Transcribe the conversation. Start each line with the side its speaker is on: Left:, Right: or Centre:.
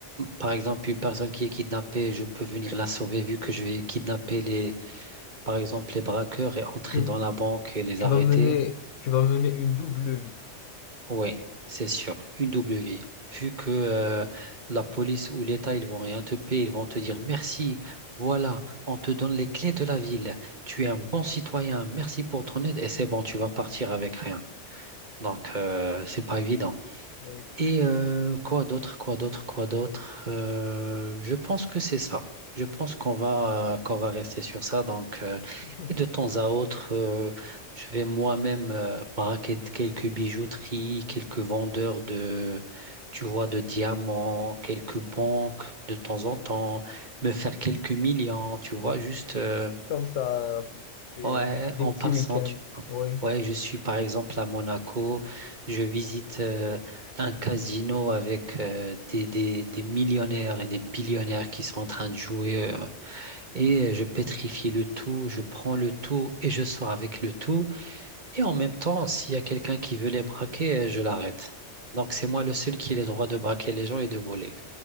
Right: par exemple, une personne qui est kidnappée, je peux venir la sauver vu que je vais kidnapper les, par exemple, les braqueurs et entrer
Left: Tu,
Right: dans la banque et les
Left: tu
Right: arrêter.
Left: vas mener, tu vas mener une double vie.
Right: Oui, c'est sûr, une double vie. Vu que euh, la police ou l'État, ils vont rien te payer, ils vont te dire merci, voilà, on te donne les clés de la ville, tu es un bon citoyen, merci pour ton aide, et c'est bon, tu vas partir avec rien. Donc, euh, c'est pas évident.
Left: Oui.
Right: Et euh, quoi d'autre, quoi d'autre, quoi d'autre? Euh, je pense que c'est ça. Je pense qu'on va, euh, qu'on va rester sur ça. Donc, euh,
Left: <laughs>
Right: et de temps à autre, euh, je vais moi-même euh, braquer de- quelques bijouteries, quelques vendeurs de, tu vois, de diamants, quelques banques de temps en temps, me faire quelques millions, tu vois, juste. euh,
Left: Comme ça, des,
Right: Ouais,
Left: des
Right: en
Left: petits
Right: passant,
Left: week-ends.
Right: tu vois.
Left: Oui.
Right: Ouais, je suis par exemple à Monaco, je visite euh, un casino avec euh, des, des, des millionnaires et des billionnaires qui sont en train de jouer euh, et je pétrifie le tout, je prends le tout et je sors avec le tout. Et en même temps, s'il y a quelqu'un qui veut les braquer, euh, je l'arrête. Donc c'est moi le seul qui a le droit de braquer les gens et de voler.